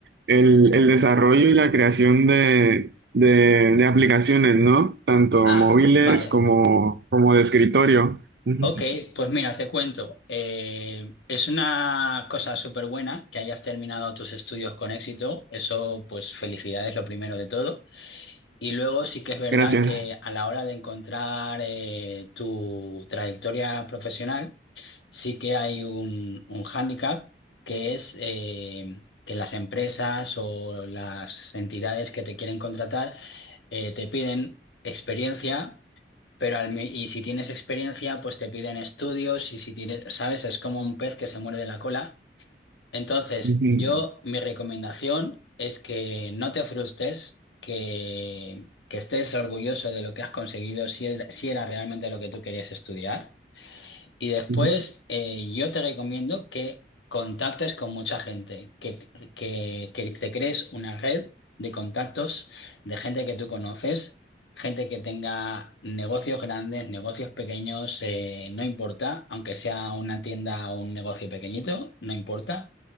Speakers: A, on the right; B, on the left.
A: el, el desarrollo y la creación de, de, de aplicaciones, ¿no? Tanto
B: Ah,
A: móviles
B: vale.
A: como, como de escritorio. Ujú,
B: Ok, pues mira, te cuento. Eh, es una cosa súper buena que hayas terminado tus estudios con éxito. Eso, pues felicidades, lo primero de todo. Y luego sí que es verdad
A: Gracias.
B: que a la hora de encontrar eh, tu trayectoria profesional, sí que hay un, un hándicap que es eh, que las empresas o las entidades que te quieren contratar eh, te piden experiencia pero al, mi- y si tienes experiencia, pues te piden estudios y si tienes, ¿sabes? Es como un pez que se muerde la cola. Entonces,
A: Ujú,
B: yo, mi recomendación es que no te frustres, que, que estés orgulloso de lo que has conseguido, si era, si era realmente lo que tú querías estudiar. Y después
A: ujú.
B: eh, yo te recomiendo que contactes con mucha gente, que, que- que te crees una red de contactos de gente que tú conoces, gente que tenga negocios grandes, negocios pequeños, eh, no importa, aunque sea una tienda o un negocio pequeñito, no importa,